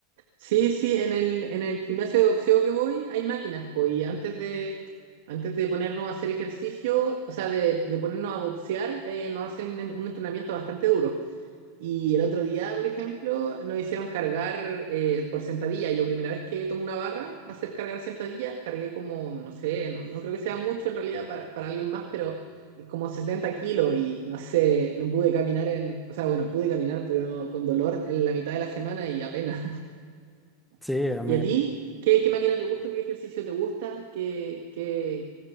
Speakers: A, on the right; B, in the centre.
A: Sí, sí, en el, en el gimnasio de boxeo que voy hay máquinas, pues, y antes de, antes de ponernos a hacer ejercicio, o sea, de, de ponernos a boxear, eh, nos hacen en- un entrenamiento bastante duro. Y el otro día, por ejemplo, nos hicieron cargar eh, por sentadilla. Yo primera vez que tomo una barra, hacer cargar sentadilla, cargué como, no sé, no, no creo que sea mucho en realidad para, para alguien más, pero como 70 kilos y no sé, no pude caminar en, o sea, bueno, pude caminar, pero con dolor en la mitad de la semana y apenas.
B: Sí,
A: <laughs>
B: a mí.
A: ¿Y a ti? ¿Qué, qué máquina te gusta? ¿Qué ejercicio te gusta? ¿Qué, qué,